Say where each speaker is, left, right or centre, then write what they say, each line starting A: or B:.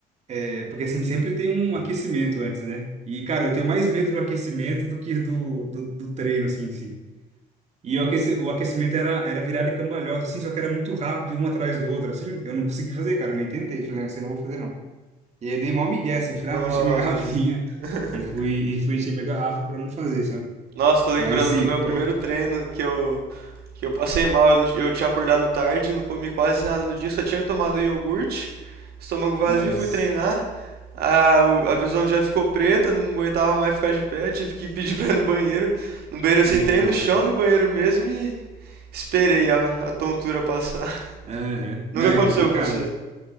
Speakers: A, on the right; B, on the right.
A: é porque assim, sempre tem um aquecimento antes, né? E, cara, eu tenho mais medo do aquecimento do que do, do, do treino, assim, em si. E o aqueci- o aquecimento era, era virada e cambalhota, assim, só que era muito rápido e um atrás do outro, assim. Eu não consegui fazer, cara, eu nem tentei. Falei, não, você não vou fazer, não. E aí eu dei mó migué, assim, falei,
B: Nossa.
A: ah, vou encher minha <laughs> garrafinha.
B: <laughs>
A: E fui, e fui encher minha garrafa pra não fazer, sabe?
B: Nossa, tô lembrando
A: Mas assim,
B: do meu
A: pro...
B: primeiro treino que eu Que eu passei mal, eu, não- eu tinha acordado tarde, não comi quase nada no dia, só tinha tomado iogurte, estômago vazio,
A: Nossa,
B: fui treinar. A, o- a visão já ficou preta, não aguentava mais ficar de pé, tive que pedir <laughs> pra ir no banheiro. No banheiro eu sentei
A: nossa.
B: no chão no banheiro mesmo e esperei a, a tontura passar. <laughs>
A: Aham.
B: Nunca
A: né?
B: aconteceu
A: é complicado.
B: com você?